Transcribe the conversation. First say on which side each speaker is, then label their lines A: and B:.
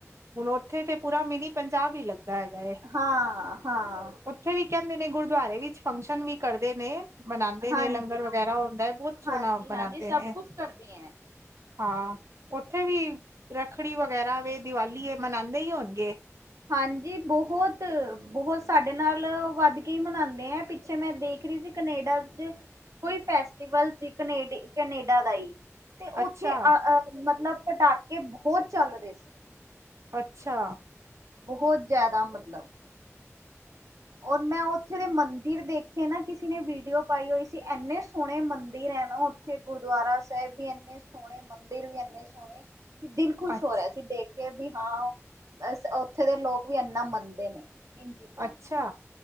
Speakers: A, on the right; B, on the right.
A: ਹੁਨ ੳਥੇ ਤੇ ਪੂਰਾ ਮਿਨੀ ਪੰਜਾਬ ਈ ਲੱਗਦਾ ਹੈਗਾ ਏ।
B: ਹਾਂ ਹਾਂ
A: ੳਥੇ ਵੀ ਕਹੰਦੇ ਨੇ ਗੁਰਦੁਆਰੇ ਵਿੱਚ ਫੰਕਸ਼ਨ ਵੀ ਕਰਦੇ ਨੇ ਮਨਾਂਦੇ
B: ਹਾਂਜੀ
A: ਨੇ, ਲੰਗਰ ਵਗੈਰਾ ਹੁੰਦਾ ਐ, ਬੋਤ ਸੋਹਣਾ
B: ਹਾਂਜੀ ਹਾਂਜੀ
A: ਬਨਾਦੇ
B: ਸਭ
A: ਨੇ।
B: ਕੁਛ ਕਰਦੇ ਹੈ
A: ਹਾਂ, ੳਥੇ ਵੀ ਰੱਖੜੀ ਵਗੈਰਾ ਵੇ, ਦੀਵਾਲੀ ਏ, ਮਨਾੰਦੇ ਈ ਹੋਨਗੇ।
B: ਹਾਂਜੀ ਬੋਹਤ, ਬੋਹਤ ਸਾਡੇ ਨਾਲੋ ਵੱਧ ਕੇ ਈ ਮਨਾਂਦੇ ਆ ਪਿੱਛੇ ਮੈਂ ਦੇਖ ਰਹੀ ਸੀ ਕਨੇਡਾ ਚ ਕੋਈ ਫੈਸਟੀਵਲ ਸੀ ਕਨੇਡ ਕਨੇਡਾ ਦਾ ਈ ਤੇ
A: ਅੱਛਾ
B: ੳਥੇ ਅ ਮਤਲਬ ਪਟਾਕੇ ਬੋਹਤ ਚੱਲ ਰਹੇ ਸੀ।
A: ਅੱਛਾ।
B: ਬੋਹਤ ਜਾਦਾ ਮਤਲਬ ਔਰ ਮੈਂ ੳਥੇ ਦੇ ਮੰਦਿਰ ਦੇਖੇ ਨਾ ਕਿਸੇ ਨੇ ਵੀਡੀਓ ਪਾਈ ਹੋਈ ਸੀ, ਏਨੇ ਸੋਹਣੇ ਮੰਦਿਰ ਹੈ ਨਾ ੳਥੇ ੳਥੇ ਗੁਰਦੁਆਰਾ ਸਾਹਿਬ ਵੀ ਏਨੇ ਸੋਹਣੇ ਮੰਦਿਰ ਵੀ ਏਨੇ ਸੋਹਣੇ ਕਿ ਦਿਲ ਖੁਸ਼
A: ਅੱਛ
B: ਹੋ ਰਿਹਾ ਸੀ ਦੇਖ ਕੇ ਵੀ ਹਾਂ ਅ ੳਥੇ ਦੇ ਲੋਕ ਵੀ ਏਨਾ ਮੰਨਦੇ ਨੇ। ਇਨ ਚੀਜ਼ਾਂ
A: ਅੱਛਾ।
B: ਨੂੰ